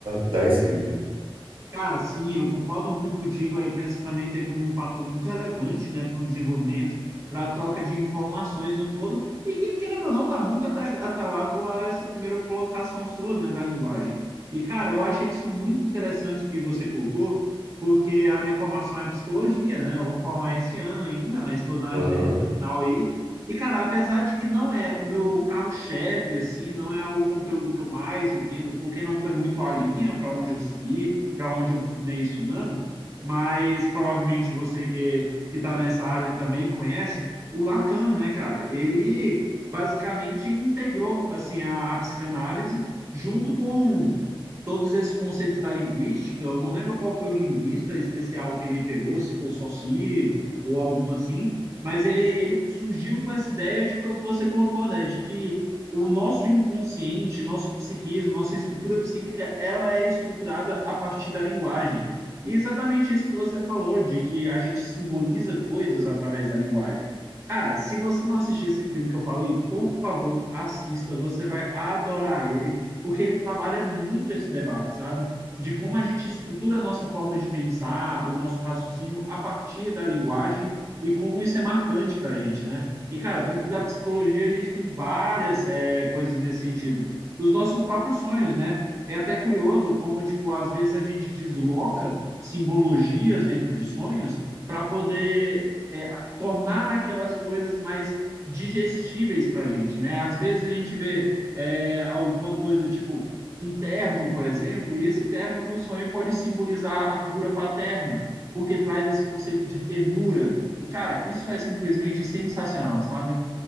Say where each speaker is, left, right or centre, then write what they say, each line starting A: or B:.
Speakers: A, on the right (about 65°); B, on the right (about 30°).
A: da escrita.
B: Cara, sim, eu concordo muito contigo. A imprensa também teve um fator muito relevante, né, para o desenvolvimento, para a troca de informações no todo, e que, querendo ou não, está muito atra- atrelado a essa primeira colocação sua, né, da linguagem. E, cara, eu achei isso muito interessante que você colocou, porque a minha formação é psicologia, né? Eu vou formar esse ano ainda, mas estou na
A: Aham,
B: reta final aí. E, cara, apesar de que não é o meu carro-chefe, assim, não é o conteúdo que eu mais entendo, porque não foi muito a linha para onde eu segui para onde eu continuei estudando, mas provavelmente você que está nessa área também conhece o Lacan, né, cara? Ele basicamente integrou assim a, a psicanálise junto com todos esses conceitos da linguística. Eu não lembro qual foi o linguista especial que ele pegou, se foi o Saussure ou algum assim, mas ele, ele surgiu com essa ideia de que você colocou, né? De que o nosso inconsciente, nosso psiquismo, nossa estrutura psíquica, ela é estruturada a partir da linguagem. E exatamente isso que você falou, de que a gente simboliza coisas através da linguagem. Cara, se você não assistir esse filme que eu falei, por favor, assista, você vai adorar ele, porque ele trabalha muito esse debate, sabe? De como a gente estrutura a nossa forma de pensar, o nosso raciocínio a partir da linguagem e como isso é marcante para gente, né? E, cara, dentro da psicologia a gente tem várias é, coisas nesse sentido. Os nossos próprios sonhos, né? É até curioso como, tipo, às vezes a gente desloca simbologias dentro de sonhos para poder é, tornar aquelas coisas mais digestíveis para a gente, né? Às vezes a gente vê é, alguma coisa tipo um terno, por exemplo, e esse terno no sonho pode simbolizar a figura paterna porque traz esse conceito de ternura. E, cara, isso é simplesmente sensacional, sabe?